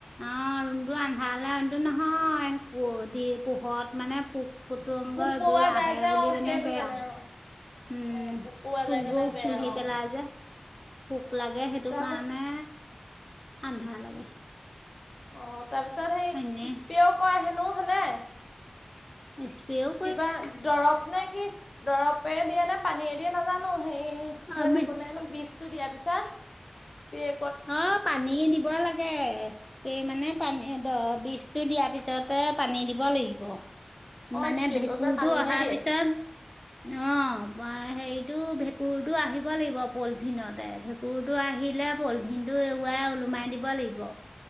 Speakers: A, on the left; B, on the left.
A: অ ৰুমতটো আন্ধেটো নহয় প দি পোহত মানে পোক কুটুংগ
B: পোক
A: এইবোৰো
B: পৰুৱা
A: আহে
B: যায় যে
A: বুলি
B: অ
A: মানে
B: সেইটো
A: বেয়া
B: কাৰণে অ
A: উম
B: অ পোক পৰুৱা
A: ফুল
B: যায় কাৰণে
A: বৌ
B: বেয়া
A: শুখি
B: অ
A: পেলেলাই আজ পোক
B: অ
A: লাগে সেইটো
B: তাৰপা
A: কাৰণে আন্ধা লাগে
B: অ তাৰপিছত সেই
A: হয়নে
B: স্প্ৰেও কৰে হেনো সেনেয়
A: এছ পি অও
B: কিবা দৰৱ নে কি দৰৱে দিয়ে নে পানীয়ে দিয়ে নাজানো হেৰি
A: আমি
B: হৈ থাকো নে বিজ দিয়াৰ পিছত স্পে
A: অ পানী দিব লাগে স্প্ৰে মানে পানী দ বীজটো দিয়াৰ পিছতে পানী দিব লাগিব
B: অ
A: মানে
B: স্প্ৰে
A: ভেঁকুৰটো
B: কৰি কৰি পানীহে
A: অহাৰ
B: দিয়ে
A: পিছত অ হেৰিটো ভেঁকুৰটো আহিব লাগিব পলিথিনতে ভেঁকুৰটো আহিলে - পলিথিন টো এৰুৱাই ওলোমাই দিব লাগিব